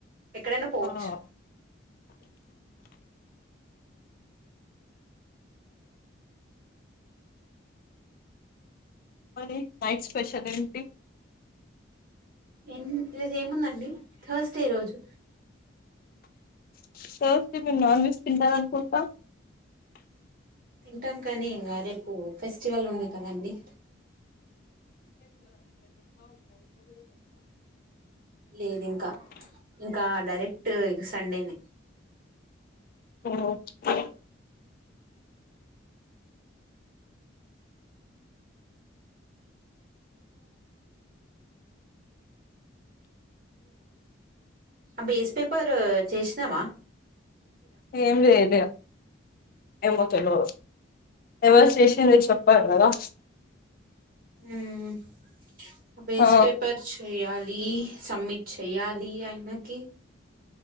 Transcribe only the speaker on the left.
కదా
ఇ నైట్ స్పెషల్ ఏంటి
త్ర్సడై మీరు నాన్ వెజ్ తింటారు అనుకుంటా
అ
ఏం చేయలే ఏమో తెల్వదు ఎవరు చేసింది చెప్పాలి గదా
ఆ